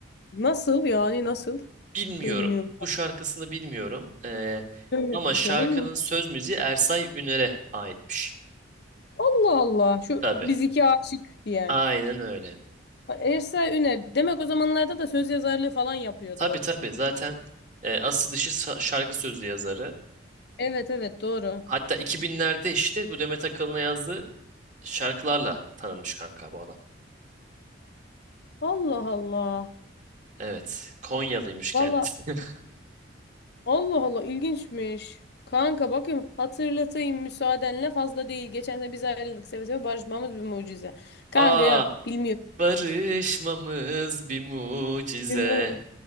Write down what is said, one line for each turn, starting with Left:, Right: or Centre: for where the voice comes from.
Left: Nasıl yani nasıl?
Right: Bilmiyorum.
Left: Söyleniyor bir tane.
Right: Bu şarkısını bilmiyorum. Ee,
Left: Evet,
Right: ama
Left: bakalım.
Right: şarkının söz müziği Ersay Üner'e aitmiş.
Left: Allah Allah. Şu
Right: Tabii.
Left: biz iki aşık diyen.
Right: Aynen öyle.
Left: Ha, Ersa Üner. Demek o zamanlarda da söz yazarlığı falan yapıyordu.
Right: Tabii tabii. Zaten e, asıl işi sa- şarkı sözü yazarı.
Left: Evet evet doğru.
Right: Hatta 2000'lerde işte bu Demet Akalın'a yazdığı şarkılarla tanınmış kanka bu adam.
Left: Allah Allah.
Right: Evet. Konyalıymış
Left: Vallahi
Right: kendisi. <laughs>
Left: Allah Allah ilginçmiş. Kanka bakayım hatırlatayım müsaadenle fazla değil. Geçen de biz ayrıldık seve seve barışmamız bir mucize. Kanka
Right: Aa,
Left: yok bilmiyorum.
Right: barışmamız bir mucize.
Left: Bir mu-